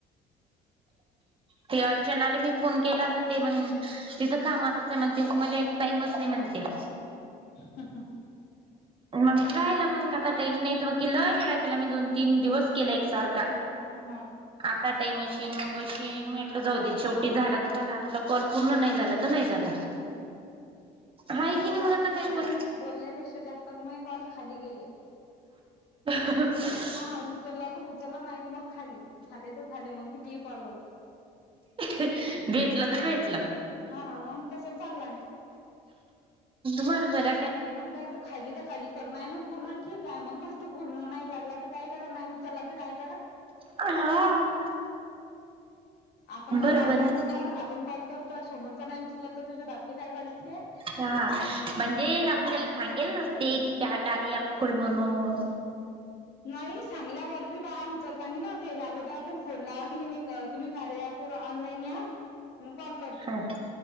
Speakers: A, on the right; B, on the left.
A: ते अर्चनाला मी फोन केला तर ते म्हण- ति तर कामातच आहे म्हणते. मला एक टाइमच नाही म्हणते.
B: ह
A: मग राहील मग. आता टईम नाही तर मग लय वेळा केला मी दोन तीन दिवस केला एकसारखा.
B: हा.
A: ता टाईम अशीन मग अशीन. म्हटलं जाऊ दे शेवटी झाला तर झाला आपला कॉल पूर्ण नाही झाला तर नाही. झाला.
B: नाही झाला.
A: हाय
B: मी
A: की
B: तर
A: नाही
B: <unintelligible>
A: मग आता काय
B: खाली
A: कोण
B: बोलल्यापेक्षा जास्त म कॉल खाली गेलेया.
A: ह
B: हा. उचलला तर उचलला नाही तर मग खाली. झाले तर झाले मग कितीही कॉल होवोत.
A: भेटलं तर भेटलं.
B: हा मग तस चाललाय
A: बर बर.
B: मग काय तर खाली तर खाली. तर नाही ना पूर्ण ठीक आहे. मग करतो पूर्ण नाही लागला तर काय करा? नाही उचलला तर काय करा?
A: हा.
B: आपण तर
A: बरोबर
B: लावतोय
A: आहे.
B: ना कॉल? आपण कॉल करतोय. समोरचा नाही उचलत तर त्याच्यात आपली काय गलती आहे?
A: हा. म्हणजे आपण त्याला सांगेल नसते की का कार्या ऍप खोल म्हणून.
B: नाही सांगल्यावर बी बाया उचलता नाही ना. ते अगोदर आपण फोन लावा की नाही मी तुम्ही कार्या - वर ऑनलाइन या. म कॉल करते.
A: हा